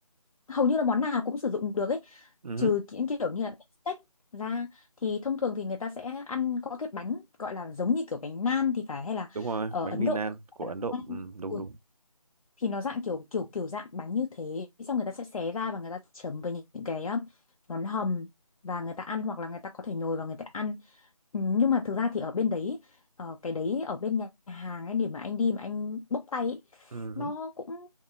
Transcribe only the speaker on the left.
hầu như là món nào cũng sử dụng được ấy
trừ
những kiểu như là steak ra thì thông thường thì người ta sẽ ăn có cái bánh gọi là giống như kiểu bánh nan thì phải hay là
ở
Ấn
Độ
gọi
là bánh
nan.
Ừ,
thì nó dạng kiểu kiểu kiểu dạng bánh như thế xong người ta sẽ xé ra và người ta chấm với những cái uh, món hầm và người ta ăn hoặc là người ta có thể nhồi vào người ta ăn Ừ, nhưng mà thực ra thì ở bên đấy ờ, cái đấy ở bên nhà hàng ấy để mà anh đi mà anh bốc tay ấy,
nó
cũng